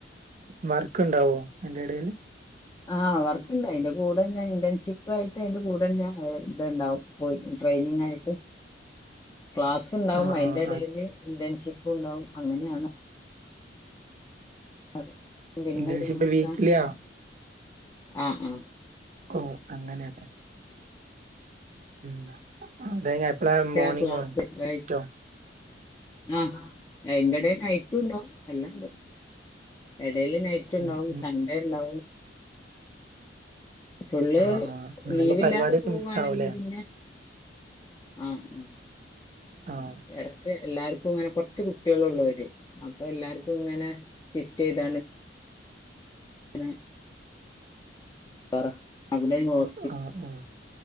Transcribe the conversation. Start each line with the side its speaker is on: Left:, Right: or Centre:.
Right: വർക്ക് ഉണ്ടാവോ ഐന്റെ ഇടൽ
Left: ആഹ് അവർക്കുണ്ട് അതിന്റെ കൂടെ തന്നെ ഇന്റേൺഷിപ്പ് ആയിട്ട് അതിന്റെ കൂടെന്നെ ഇത്ണ്ടാവും ട്രെനി ആയിട്ട് ക്ലാസ്സ്‌ ഉണ്ടാവും
Right: ആഹ്
Left: അതിന്റെടയിൽ
Right: ആഹ് അത്
Left: ഇന്റേൺഷിപ്പ് ഉണ്ടാകും അങ്ങനെയാണ് അതെ പിന്ന
Right: ഇന്റേൺഷിപ്പ്
Left: ഒരു മാസം
Right: വീക്കിലിയാ
Left: ആഹ ആ
Right: ഓ അങ്ങനെയല്ലെ ഉ അതെ എപ്പള മോർണിംഗ്
Left: ആ ക്ലാസ് ആഴ്ച
Right: ട്ടോ
Left: ആഹ് എന്റെട നൈറ്റ ഉണ്ടോ എല്ലണ്ട് ഇടൽ നൈറ്റ് ഉണ്ടാവും
Right: ഉം ഉം.
Left: സൺഡേ ഉണ്ടാവും ഫുള്ള്
Right: ആഹ് ആഹ് അങ്ങനാവുമ്പോ
Left: ലീവില്ലാതെ
Right: പരിപാടിയൊക്കെ
Left: പോവുവായാണെങ്കി
Right: മിസ്സാവൂലേ?
Left: പിന്നെ ആഹ് ആ
Right: ആഹ്
Left: എടക് എല്ലർക്കും ഇങ്ങനെ കുറച്ച് കുട്ടികളുള്ളവര് അപ്പൊ എല്ലാവർക്കും ഇങ്ങനെ ഷിഫ്റ്റ് ചെയ്ത ത് പറ അവടെ ഹോസ്
Right: ആ ആഹ